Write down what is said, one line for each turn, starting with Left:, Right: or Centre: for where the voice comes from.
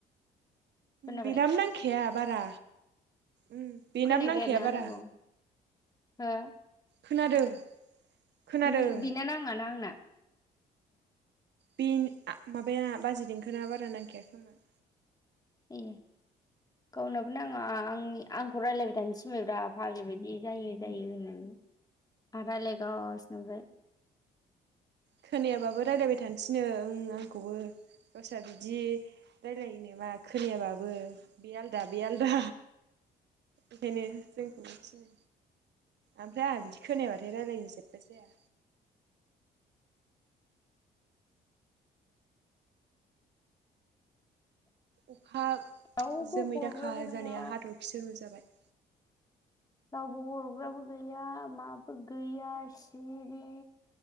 Left: खोनाबाय
Right: बिनाबो नांखाया बारा। उम बेनाबो
Left: खोनायाखै
Right: नांखाया
Left: आरो ना आंनिखौ
Right: बारा।
Left: हो
Right: खोनादों खोनादों
Left: बिनि बेना नाङाना आंना।
Right: बिं आ माबाया बाजै देंखोना बारा नांखाया खोमा।
Left: ए गावनाबो नाङा आंनि आंखौ रायलायबाय थानो थिनबायब्रा फाग्लि बायदि जायो जायो होननानै। आरा लायगासिनो ओमफाय।
Right: खोनायाबाबो रायलायबाय थानोसैनो ओं आंखौबो गावस्रा बिदि रायलायो नामा खोनायाबाबो बे आलदा बे आलदा।
Left: <unintelligible>
Right: ओंखायनो जोंखौ थिनो आमफ्राय आंहा बिदि खोनायाबा आरो रायलायनो जेबो जाया। अखा
Left: रावबो
Right: जोमै
Left: हरग्राबो
Right: दाखा
Left: गैया
Right: जानाया हाथरखिसो नुजाबाय।
Left: रावबो हरग्राबो गैया माबो गैया। सिरि